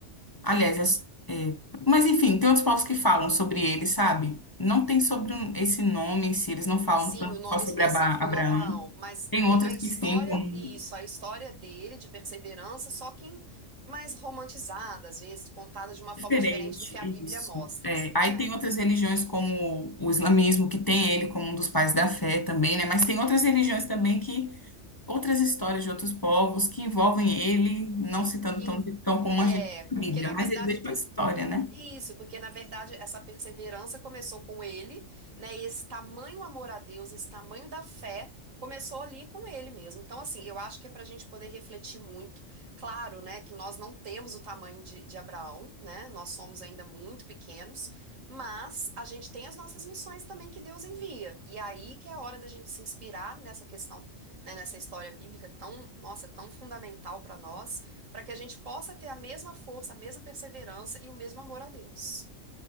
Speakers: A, on the left; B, on the right.
A: Aliás, as- é, mas enfim, tem outros povos que falam sobre ele, sabe? Não tem sobre um- esse nome em si, eles não falam
B: Sim,
A: tanto
B: o nome
A: só sobre
B: específico
A: Aba- Abraão.
B: do Abraão, mas
A: Tem outras
B: tem a história,
A: que sim, como.
B: isso, a história dele de perseverança, só que em- mais romantizada, às vezes, contada de uma
A: Diferente,
B: forma diferente do que a Bíblia
A: isso.
B: mostra,
A: É, Aí
B: né?
A: tem outras religiões, como o islamismo, que tem ele como um dos pais da fé também, né? Mas tem outras religiões também que, outras histórias de outros povos que envolvem ele, não citando
B: Que,
A: tão,
B: em-
A: tão como
B: é,
A: a gente na
B: porque
A: Bíblia,
B: na verdade
A: mas ele deixa
B: tudo
A: uma história, né?
B: Isso, porque na verdade essa perseverança começou com ele, né? E esse tamanho amor a Deus, esse tamanho da fé, começou ali com ele mesmo. Então, assim, eu acho que é para a gente poder refletir muito. Claro, né, que nós não temos o tamanho de, de Abraão, né? Nós somos ainda muito pequenos, mas a gente tem as nossas missões também que Deus envia. E aí que é a hora da gente se inspirar nessa questão, né, nessa história bíblica tão, nossa, tão fundamental para nós para que a gente possa ter a mesma força, a mesma perseverança e o mesmo amor a Deus.